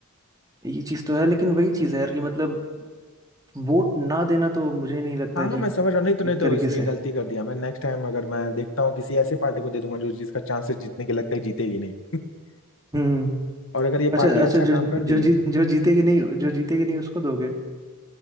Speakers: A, on the right; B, on the left.
A: ये चीज़ तो है लेकिन वही चीज़ है यार कि मतलब वोट ना देना तो मुझे नहीं लगता
B: हाँ
A: कि
B: हाँ मैं समझ रहा हूँ नहीं तो नहीं
A: एक
B: तो
A: तरीके
B: इसकी
A: से
B: गलती कर दिया मैं नेक्स्ट टाइम अगर मैं देखता हूँ किसी ऐसे पार्टी को दे दूंगा जो जिसका चांसेस जीतने के लगता है जीतेगी नहीं <laughs>
A: हम्म
B: और अगर ये
A: अच्छा
B: पार्टी
A: अच्छा
B: अच्छा काम
A: जो
B: कर दी
A: जो जीत जो जीतेगी नहीं जो जीतेगी नहीं उसको दोगे